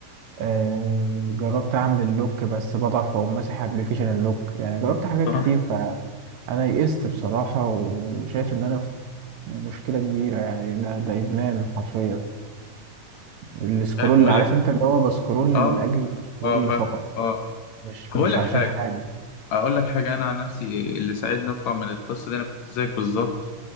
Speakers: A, on the right; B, on the left.
A: آه، جربت اعمل اللوك بس بضعف او ماسح ابلكيشن اللوك يعني جربت حاجات
B: <laughs>
A: كتير
B: مش
A: فانا يئست بصراحة وشايف ان انا في مشكلة كبيرة يعني ده ده ادمان حرفيا السكرول
B: عارف اقول
A: عارف
B: لك
A: انت
B: إيه.
A: اللي هو بسكرول
B: اه
A: لاجل
B: اه
A: السكرول
B: آه، فاهم
A: فقط
B: اه
A: مش
B: طب
A: مش
B: اقول لك
A: عشان
B: حاجة
A: حاجة
B: اقول لك حاجة انا عن نفسي اللي ساعدني اطلع من القصة دي انا كنت زيك بالظبط